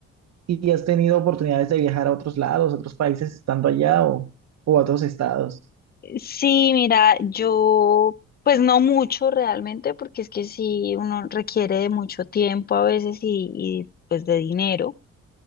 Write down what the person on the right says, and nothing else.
y has tenido oportunidades de viajar a otros lados, a otros países estando allá o, o a otros estados?